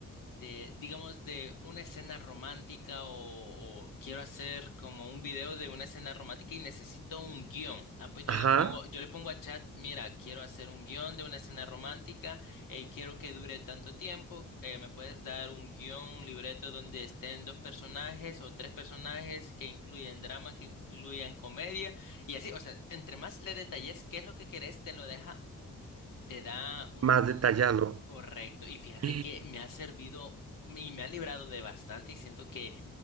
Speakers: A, on the left; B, on the right.
A: de, digamos, de una escena romántica o, o quiero hacer como un video de una escena romántica y necesito un guión. Ah, pues yo
B: Ajá,
A: le pongo, yo le pongo a chat, mira, quiero hacer un guión de una escena romántica, eh, quiero que dure tanto tiempo, eh, me puedes dar un guión, un libreto donde estén dos personajes o tres personajes que incluyen drama, que incluyan comedia y así, o sea, entre más le detalles qué es lo que querés, te lo deja. Te da un
B: más
A: un-
B: detallado.
A: Correcto,
B: <gasps>
A: y fíjate que me ha servido y me ha librado de bastante y siento que